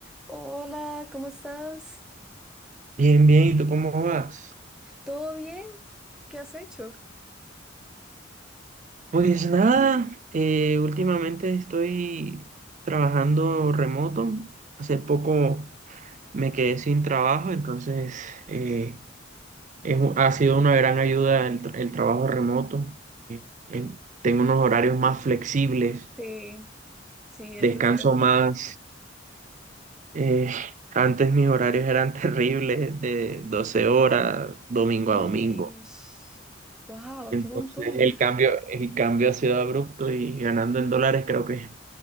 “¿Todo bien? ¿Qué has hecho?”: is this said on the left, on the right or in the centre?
Centre